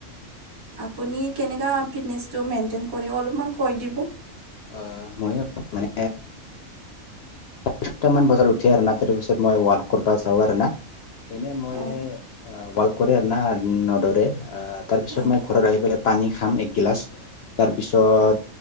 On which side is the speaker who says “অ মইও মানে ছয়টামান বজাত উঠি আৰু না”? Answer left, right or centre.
Left